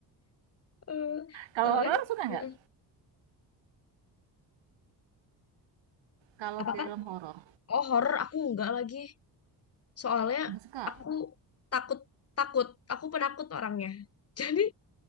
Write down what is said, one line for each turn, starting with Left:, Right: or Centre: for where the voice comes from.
Left: Eh,
Right: Kalau
Left: soalnya,
Right: horor suka nggak?
Left: eh,
Right: Kalau
Left: apa
Right: film
Left: kan?
Right: horor
Left: Oh, horor aku enggak lagi. Soalnya
Right: nggak suka.
Left: aku takut, takut. Aku penakut orangnya. <laughs> Jadi